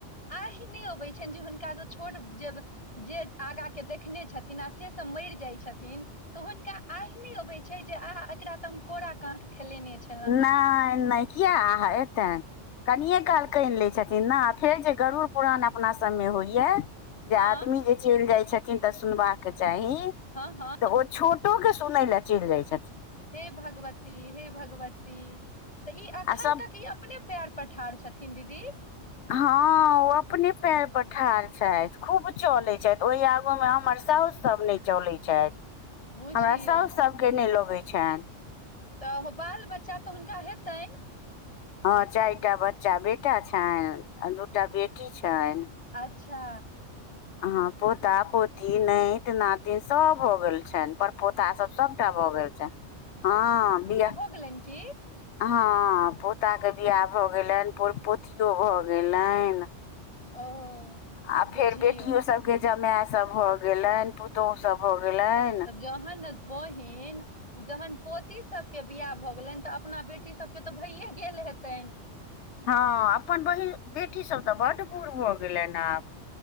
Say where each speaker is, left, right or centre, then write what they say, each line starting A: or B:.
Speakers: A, on the left; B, on the left.
A: आहि नहि अबैत छनि जे हुनकासँ छोट जेब जे आगा के देखने छथिन आ से सब मरि जाइत छथिन तऽ हुनका आहि नहि अबैत छै जे आह एकरा तऽ हम कोरा काँक खेलेने छी
B: नहि नहि कीया आह एतैन कनिये काल कनि लै छथिन ने फेर जे गरुड़ पुराण अपना सभमे होइए
A: हँ
B: जे आदमी जे चलि जाई छथिन तऽ सुनबा के चाही
A: हँ हँ
B: तऽ ओ छोटो के सुनय लए चलि जाइ छथिन
A: हे भगवती हे भगवती तऽ ई अखन
B: आ सभ
A: तक ई अपने पेर पर ठार छथिन दीदी
B: हँ ओ अपने पैर पर ठाढ़ छथि खूब चलै छथि ओहि आगू में हमर साउस सब नै चलै छथि
A: बुझियौ
B: हमरा साउस सभ के नहि लगै छनि
A: तऽ बाल बच्चा तऽ हुनका हेतनि
B: हँ चैटा बच्चा बेटा छनि आ दूटा बेटी छनि
A: अच्छा
B: अह पोता पोती नैत नातिन सब भ गेल छनि परपोता सब सबटा भग गेल छै हँ बिया
A: गेलन की
B: हँ पोताके बियाह भऽ गेलनि पर पोतियो भऽ गेलनि
A: ओ
B: आ
A: बुझियौ
B: फेर बेटियो सब के जमाय सब भ गेलेन पुतोह सब भ गेलेन
A: तऽ जहन बोहीन <unintelligible> जहन पोती सभके बियाह भऽ गेलनि तऽ अपना बेटी सभके तऽ भइए गेल हेतनि
B: हँ अपन बहि बेटीसभ तऽ बड बूढ़ भऽ गेलनि आब